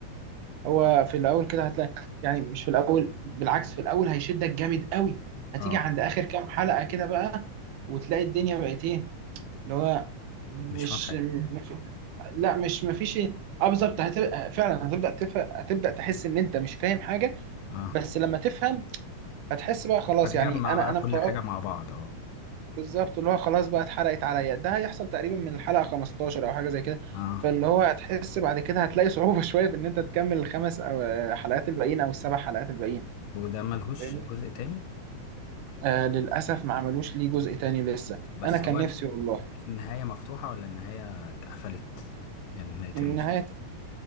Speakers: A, on the right; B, on the left.
A: هو في الاول كده هتلاقي يعني مش في الاول بالعكس في الاول هيشدك جامد قوي هتيجي
B: اه
A: عند اخر كام حلقة كده بقى وتلاقي الدنيا بقت ايه اللي هو مش
B: مش فاهم حاجة
A: مفي... لا مش مفيش ايه اه بالظبط هتبقى فعلا هتبدا تف... هتبدا تحس ان انت مش فاهم حاجه
B: اه
A: بس لما تفهم هتحس بقى خلاص
B: هتجمع
A: يعني انا
B: بقى
A: انا
B: كل
A: متوقع
B: حاجة مع بعض اه
A: بالظبط اللي هو خلاص بقى اتحرقت عليا ده هيحصل تقريبا من الحلقة 15 او حاجة زي كده
B: اه
A: فاللي هو هتحس بعد كده هتلاقي صعوبة <laughs> شوية في ان انت تكمل الخمس او آه، حلقات الباقيين او السبع حلقات الباقيين
B: وده ملهوش
A: فاهمني
B: جزء تاني
A: آه للاسف ما عملوش ليه جزء تاني لسه
B: بس
A: انا كان
B: هو
A: نفسي والله
B: النهاية مفتوحة ولا النهاية اتقفلت يعني نهاية
A: النهاية
B: المسلسل